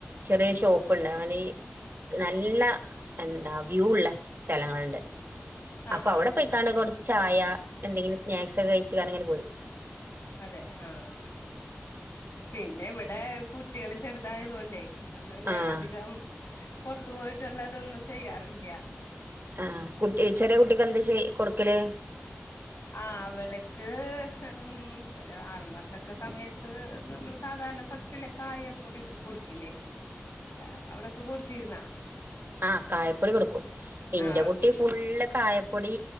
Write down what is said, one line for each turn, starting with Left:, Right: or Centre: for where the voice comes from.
Right: ചെറ്യേ ഷോപ്പ്ണ്ട് <unintelligible> നല്ല എന്താ വ്യൂ ഉള്ള സ്ഥലങ്ങള്ണ്ട്.
Left: ആഹ്
Right: അപ്പൊ അവിടെ
Left: ആഹ്
Right: പോയിക്കാണ്ട് കൊറ ചായ, എന്തെങ്കിലും സ്നാക്സ് ഒക്കെ കഴിച്ച്ങ്ങാണ്ട്ങ്ങനെ പോരും.
Left: അതെ ആഹ്. പിന്നെ ഇവി ഇവിടെ കുട്ടികള് ചെറുതായതുകൊണ്ടേ പിന്നെ
Right: ആഹ്
Left: അധികം പുറത്തു പോയിട്ടുള്ളതൊന്നും ചെയ്യാറില്ല്യ.
Right: ആഹ് കുട്ടി ചെറിയ കുട്ടിക്ക് എന്ത് ചെ കൊടുക്കല്
Left: ആ അവള്ക്ക് ഉം ഒരു ആറുമാസൊക്കെ സമയത്ത് നമ്മള് സാധാരണ ഫസ്റ്റിലെ കായ പൊടിയൊക്കെ കൊടുക്കില്ലേ? ആ അവിടെ ഒക്കെ കൊടുത്തിരുന്നാ?
Right: ആ കായപ്പൊടി കൊടുക്കും ഇന്റെ
Left: ആ
Right: കുട്ടി
Left: പിന്നെ
Right: ഫുള്ള് കായപ്പൊടി